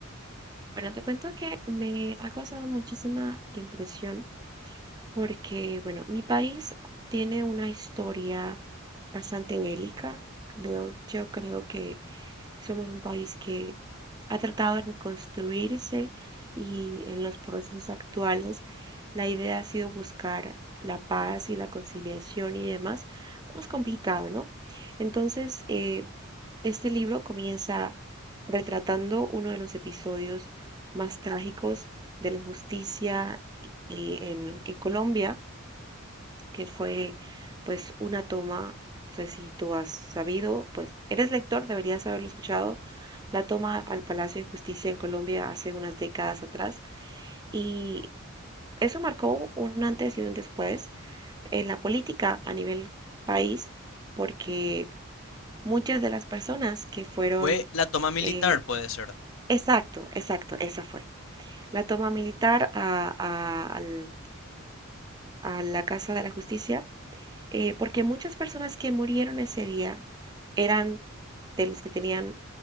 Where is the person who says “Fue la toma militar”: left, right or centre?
Left